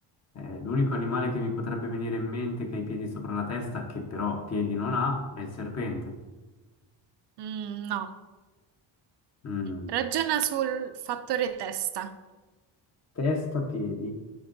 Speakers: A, on the left (about 35°); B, on the right (about 60°).
A: Eh, l'unico animale che mi potrebbe venire in mente che ha i piedi sopra la testa, che però piedi non ha, è il serpente.
B: Mm, no.
A: Mm.
B: Ragiona sul fattore testa.
A: Testa, piedi.